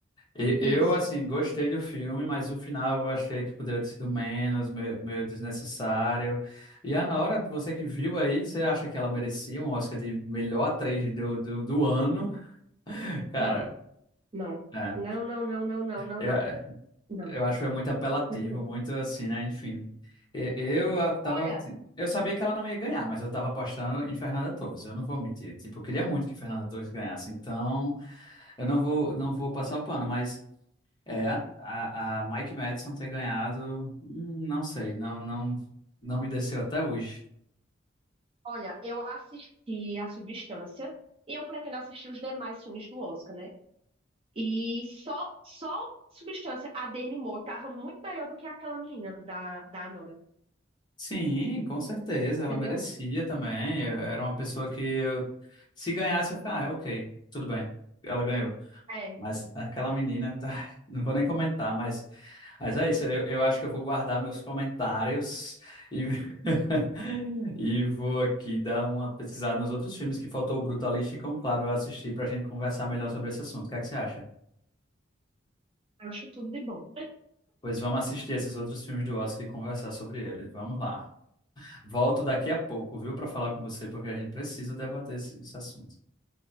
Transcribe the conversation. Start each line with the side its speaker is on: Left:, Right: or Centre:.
Left: E-
Right: Isso.
Left: Eu, assim, gostei do filme, mas o final eu achei que poderia ter sido menos, meio, meio desnecessário. E a Nora, você que viu aí, você acha que ela merecia um Oscar de melhor atriz do, do, do ano? <laughs> Cara,
Right: Não, não.
Left: é.
Right: Não, não, não, não, não, não,
Left: É,
Right: não.
Left: é,
Right: Não.
Left: Eu acho que foi muito apelativo,
Right: Simplesmente não.
Left: muito assim, né? Enfim. E- Eu ah, tava.
Right: Olha,
Left: Eu sabia que ela não ia ganhar, mas eu tava apostando em Fernanda Torres. Eu não vou mentir. Tipo, eu queria muito que Fernanda Torres ganhasse. Então, eu não vou, não vou passar o pano, mas é, a, a Mike Madison ter ganhado, hum, não sei, não, não, não me desceu até hoje.
Right: olha, eu assisti a substância e eu pretendo assistir os demais filmes do Oscar, né? E só, só Substância, a Demi Moore, tava muito melhor do que aquela menina da, da Anora.
Left: Sim, com certeza, ela
Right: Entendeu?
Left: merecia também. Eu- Era uma pessoa que eu, se ganhasse, eu ficava, ah, ok, tudo bem. Ela ganhou.
Right: É,
Left: Mas aquela menina, ai, <laughs> não vou nem comentar, mas, mas é isso. Eu, eu acho que eu vou guardar meus comentários e, <laughs> e vou aqui dar uma pesquisada nos outros filmes que faltou o Brutalista e Conclave eu assistir para a gente conversar melhor sobre esse assunto. O que é que você acha?
Right: acho tudo de bom.
Left: Pois vamos assistir esses outros filmes do Oscar e conversar sobre eles. Vamos lá. Volto daqui a pouco, viu, para falar com você, porque a gente precisa debater esse, esse assunto.